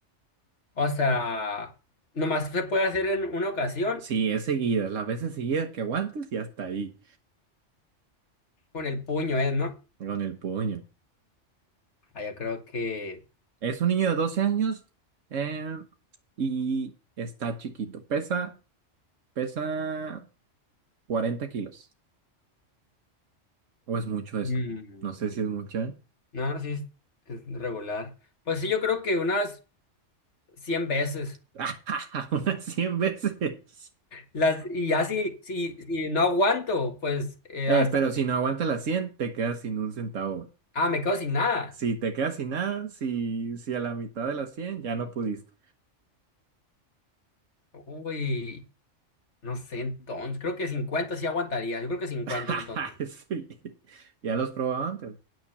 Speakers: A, on the left; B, on the right.
A: O sea, nomás se puede hacer en una ocasión
B: Sí, es seguidas. Las veces seguidas que aguantes y hasta ahí,
A: con el puño, ¿eh? ¿No?
B: con el puño.
A: Ah, yo creo que...
B: Es un niño de 12 años eh, y está chiquito. Pesa, pesa 40 kilos. ¿O es mucho eso?
A: mm,
B: No sé si es mucho, ¿eh?
A: no, no, sí, es, es regular. Pues sí, yo creo que unas 100 veces.
B: <laughs> Unas 100 veces.
A: Las, y ya si, si, si no aguanto, pues eh,
B: Eh,
A: hasta...
B: pero si no aguantas las 100, te quedas sin un centavo.
A: Ah, me quedo sin nada.
B: Si te quedas sin nada, si, si a la mitad de las cien ya no pudiste.
A: Uy, no sé, entonces, creo que 50 sí aguantaría. Yo creo que 50
B: <laughs>
A: entonces. <laughs>
B: Sí, ya los probaba antes.